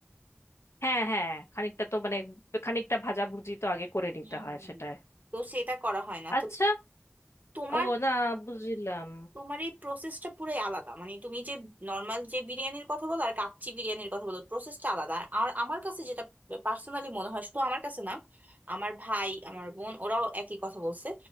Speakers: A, on the left (about 85°); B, on the right (about 40°).
A: হ্যাঁ হ্যাঁ খানিকটা তো মানে খানিকটা ভাজাভুজি তো আগে করে নিতে
B: হুম
A: হয়
B: হুম হুম।
A: সেটায়
B: তো সেটা করা হয় না
A: আচ্ছা
B: তো তোমার
A: ও না বুঝলাম
B: তোমার এই প্রসেসটা পুরাই আলাদা মানে তুমি যে নর্মাল যে বিরিয়ানির কথা বলো আর কাচ্চি বিরিয়ানির কথা বলো প্রসেসটা আলাদা আর আমার কাছে যেটা পার্সোনালি মনে হয় শুধু আমার কাছে না আমার ভাই আমার বোন ওরাও একই কথা বলছে